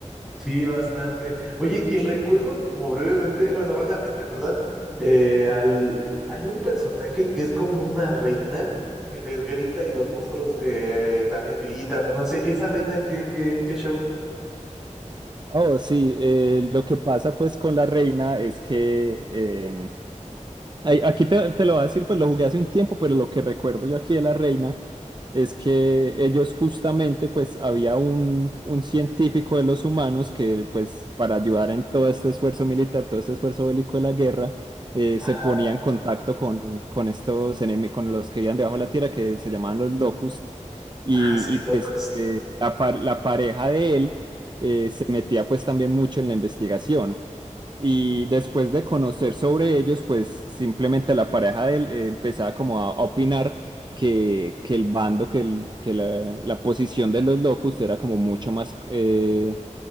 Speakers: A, in the centre; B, on the right (about 35°).
A: Sí, bastante. Oye, y recuerdo como brevemente, bueno, vagamente, perdón, eh, al, hay un personaje que es como una reina que les grita y los monstruos eh, también gritan, o no sé, esa reina, ¿qué, qué, qué show?
B: Oh, sí, eh, lo que pasa pues con la reina es que em, Ay, Aquí te, te lo voy a decir, pues lo jugué hace un tiempo, pero lo que recuerdo yo aquí de la reina es que ellos justamente, pues había un, un científico de los humanos que, pues para ayudar en todo este esfuerzo militar, todo este esfuerzo bélico de la guerra, eh,
A: Ajá,
B: se ponía en contacto con, con estos enemigos, con los que vivían debajo de la tierra, que se llamaban los Locust, y,
A: ah, sí,
B: y, pues
A: locos.
B: eh, la, par- la pareja de él eh, se metía pues también mucho en la investigación. Y después de conocer sobre ellos, pues simplemente la pareja de él eh, empezaba como a, a opinar que, que el bando, que, el- que la, la posición de los locos era como mucho más, eh,